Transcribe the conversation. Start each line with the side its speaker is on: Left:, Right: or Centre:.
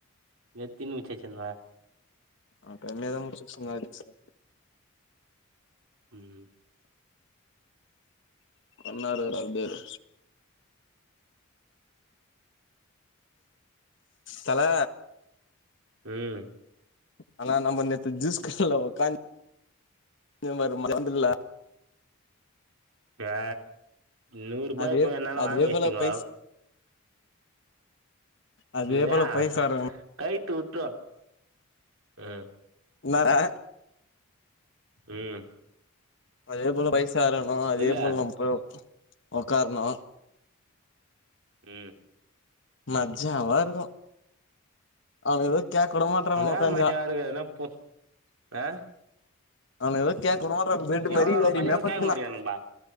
Right: எத்தின் முச்சி வெச்சிருந்த
Left: நா கம்மியாதா முடிச்சு வெச்சிருந்த ஹரிஸு
Right: ம்
Left: பன்னாறு ஒரு அப்டேடு தல
Right: ம்
Left: ஆனா நம்ம நேத்து ஜூஸ் <unintelligible> ல்ல உக்காந்து செஞ்சம்பாரு <unintelligible>
Right: ஆ நூறுபாய்
Left: அதே
Right: இப்ப என்னாண்ட
Left: அதே
Right: வாங்க வச்ட்டீங்கோ
Left: போல பைஸ் அதே
Right: வியே
Left: போல பைசாரனா
Right: கயித்த உட்டுரு ம்
Left: என்னடா
Right: ம்
Left: அதே போல பைஸ் ஸ இருக்கணு அதே
Right: சொல்லு
Left: போல் நம்ம போய் உக்காரணு
Right: ம்
Left: மஜ்ஜாவா இருக்கு அவ எதோ கேக்கவுட மாட்டறோனோ
Right: என்னா
Left: உக்காஞ்சா
Right: மஜாவா இருக்கு அதெல்லா போ ஆ
Left: அவன எதுவு கேக்கவுட மாட்றாங்க பெட்டு மாரி
Right: எவ்ளோ நேரோ
Left: இது
Right: ஒக்காந்தாலு
Left: அருமையா பத்துக்கலா
Right: கேக்க மாட்டிக்கிறானுங்கப்பா